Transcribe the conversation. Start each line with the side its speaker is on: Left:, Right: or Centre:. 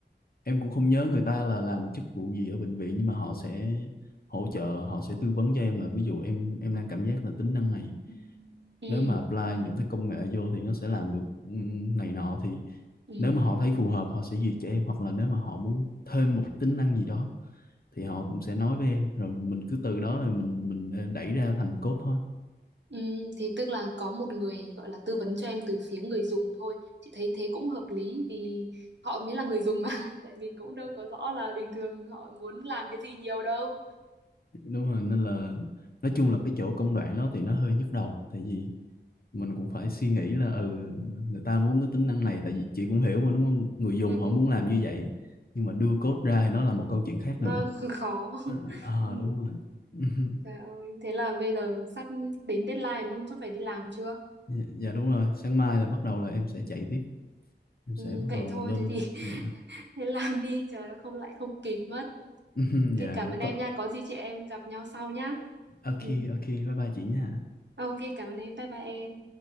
Left: em cũng không nhớ người ta là làm chức vụ gì ở bệnh viện nhưng mà họ sẽ hỗ trợ họ sẽ tư vấn cho em là ví dụ em em đang cảm giác là tính năng này
Right: ừ
Left: nếu mà apply những cái công nghệ vô thì nó sẽ làm được ừm, này nọ thì
Right: ừ
Left: nếu mà họ thấy phù hợp họ sẽ duyệt cho em hoặc là nếu mà họ muốn thêm một tính năng gì đó thì họ cũng sẽ nói với em rồi mình cứ từ đó rồi mình mình đẩy ra thành code thôi
Right: ừ thế tức là có một người gọi là tư vấn cho em từ phía người dùng thôi chị thấy thế cũng hợp lý vì họ mới là người dùng mà <laughs> tại mình cũng đâu có rõ là bình thường họ muốn làm cái gì nhiều đâu
Left: đúng rồi nên là nói chung là cái chỗ công đoạn đó thì nó hơi nhức đầu tại vì mình cũng phải suy nghĩ là ừ người ta muốn cái tính năng này tại vì chị cũng hiểu mà đúng không người dùng
Right: ừ
Left: họ muốn làm như vậy nhưng mà đưa code ra thì nó là một câu chuyện khác
Right: nó
Left: nữa
Right: khó <laughs>
Left: ờ ờ,
Right: Ừ.
Left: đúng rồi <laughs>
Right: Trời ơi, thế là bây giờ sắp đến deadline đúng không? Sắp phải đi làm chưa?
Left: dạ, dạ đúng rồi sáng mai là bắt đầu là em sẽ chạy tiếp em
Right: Ừ,
Left: sẽ bắt
Right: vậy
Left: đầu
Right: thôi,
Left: lên
Right: thế thì
Left: dạ
Right: <laughs> thế làm đi, trời ơi, không lại không kịp mất.
Left: <laughs> dạ
Right: Ok, cảm ơn em
Left: có
Right: nha, có gì chị em gặp nhau sau nhá.
Left: ok
Right: Ừ.
Left: ok bye bye chị nha
Right: Ok, cảm ơn em, bye bye em.